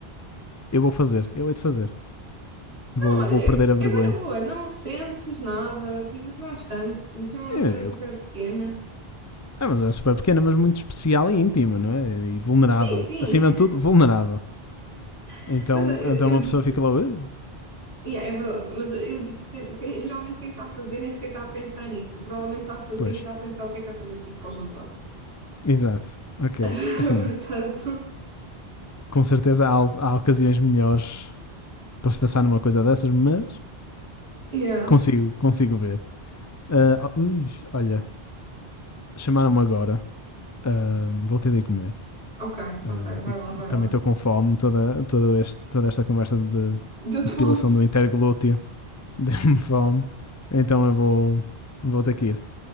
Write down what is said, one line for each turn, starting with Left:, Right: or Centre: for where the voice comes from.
Left: Eu vou fazer, eu hei de fazer. Vou,
Right: Não, olha,
Left: vou
Right: é,
Left: perder a
Right: é
Left: vergonha.
Right: bué na boa, não sentes nada, tipo, dá bastante, mas é uma
Left: eu
Right: zona super pequena.
Left: Ah, mas é super pequena, mas muito especial e íntima, não é? E vulnerável.
Right: Sim, sim,
Left: Acima de tudo, vulnerável.
Right: <laughs>
Left: Então,
Right: mas eu, eu
Left: então uma
Right: digo-te,
Left: pessoa fica lá, "Ah",
Right: yeah, é verdade, mas eu digo-te que que geralmente quem está a fazer nem sequer está a pensar nisso, provavelmente está a fazer
Left: Pois.
Right: e está a pensar o que é que vai fazer, tipo, para o jantar.
Left: Exato. Ok.
Right: <laughs>
Left: Assim,
Right: Portanto,
Left: com certeza há, há ocasiões melhores para se pensar numa coisa dessas, mas
Right: yeah,
Left: consigo, consigo ver. Ah, oh, ui, olha, chamaram-me agora. Ah, vou ter de ir comer.
Right: ok,
Left: Ah,
Right: ok, vai
Left: e
Right: lá, vai
Left: também
Right: lá.
Left: estou com fome. Toda, toda este, toda esta conversa de
Right: Deu-te
Left: depilação
Right: fome?
Left: do interglúteo <laughs> deu-me fome. Então eu vou, vou ter que ir.